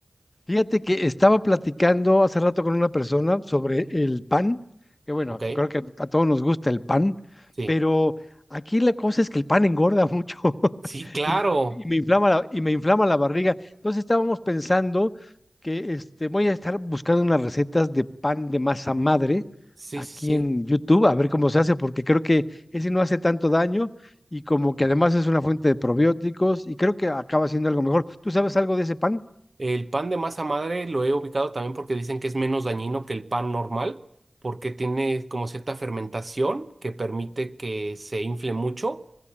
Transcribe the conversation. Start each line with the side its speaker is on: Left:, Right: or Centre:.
Left: Fíjate que estaba platicando hace rato con una persona sobre el pan, que bueno,
Right: Ok,
Left: creo que a todos nos gusta el pan,
Right: sí.
Left: pero aquí la cosa es que el pan engorda mucho <laughs>
Right: Sí, claro.
Left: y, y me inflama la, y me inflama la barriga. Entonces estábamos pensando que este, voy a estar buscando unas recetas de pan de masa madre
Right: Sí,
Left: aquí
Right: sí, sí.
Left: en YouTube, a ver cómo se hace, porque creo que ese no hace tanto daño y como que además es una fuente de probióticos y creo que acaba siendo algo mejor. ¿Tú sabes algo de ese pan?
Right: El pan de masa madre lo he ubicado también porque dicen que es menos dañino que el pan normal, porque tiene como cierta fermentación que permite que se infle mucho